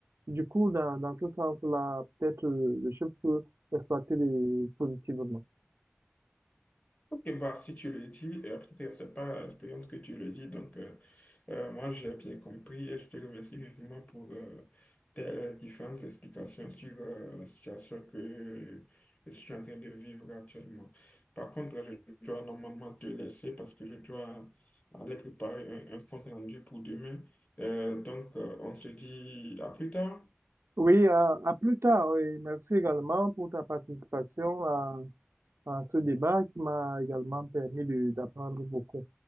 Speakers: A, on the right; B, on the left.
A: du coup, dans, dans ce sens-là, peut-être euh, le chef peut exploiter les- positivement.
B: Ok, bah, si tu le dis, euh, peut-être que c'est pas l'expérience que tu le dis, donc euh, euh, moi j'ai bien compris et je te remercie vivement pour euh, tes différentes explications sur euh, la situation que je suis en train de vivre actuellement. Par contre, je dois normalement te laisser parce que je dois aller préparer un, un compte rendu pour demain. Euh, donc, euh, on se dit à plus tard.
A: Oui, à, à plus tard. oui. merci également pour ta participation à, à ce débat qui m'a également permis de- d'apprendre beaucoup.